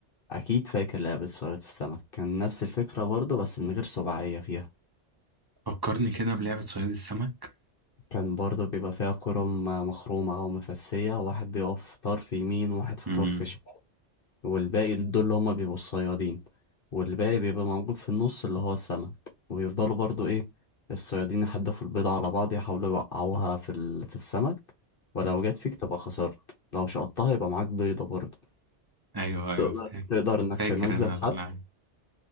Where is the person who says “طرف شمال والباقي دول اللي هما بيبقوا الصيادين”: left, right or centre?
Left